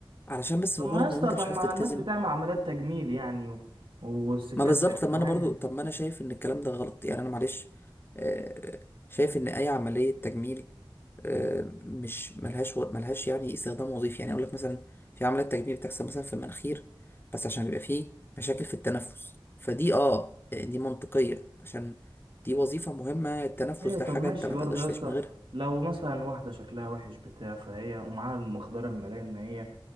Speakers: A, on the left (about 25°); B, on the right (about 65°).
A: علشان بس
B: طب
A: مجرد
B: ما يا اسطى
A: ان انت
B: طب
A: مش
B: ما
A: عارف تلتزم
B: الناس بتعمل عمليات تجميل يعني و- والستات
A: ما بالظبط طب ما
B: معايا
A: انا برضو طب ما انا شايف ان الكلام ده غلط يعني انا معلش آه، شايف ان اي عمليه تجميل آه، مش ملهاش و- ملهاش يعني استخدام وظيفي يعني اقول لك مثلا في عمليه تجميل بتحصل مثلا في المناخير بس عشان بيبقى فيه مشاكل في التنفس فدي اه آه، دي منطقيه عشان دي وظيفه مهمه التنفس
B: ايوه
A: ده
B: طب
A: حاجه
B: ماشي
A: انت ما
B: برضه
A: تقدرش
B: يا اسطى
A: تعيش من غيرها
B: لو مثلا واحدة شكلها وحش بتاع فهي ومعاها المقدرة المالية إن هي